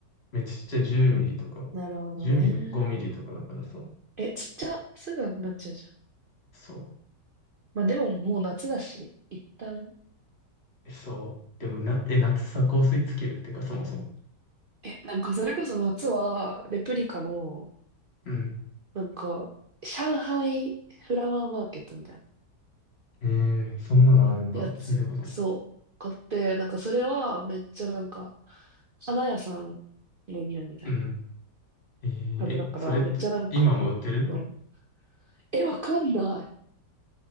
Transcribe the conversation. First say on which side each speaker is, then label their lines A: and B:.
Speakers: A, on the left (about 35°); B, on the right (about 85°).
A: う。めっちゃちっちゃい10ミリとか、
B: なるほどね。
A: 10ミリも5ミリとかだからさ。
B: え、ちっちゃ、すぐなくなっちゃうじゃん。
A: そ
B: まあでももう夏だし、一旦。
A: う。え、そう。でもな、え、夏さ、香水つけるってか、そもそも。
B: え、なんかそれこそ夏は、レプリカの、
A: うん。
B: なんか、上海フラワーマーケットみたいな
A: えー、そんなのあるんだ。
B: やつ、
A: 聞いたことない。
B: そう、買って、なんかそれはめっちゃなんか、花屋さんの匂いみたいな
A: うん。えーえ、
B: 感じだから、
A: それって、
B: めっちゃなんか、
A: 今も売ってる
B: うん。え、わかんない。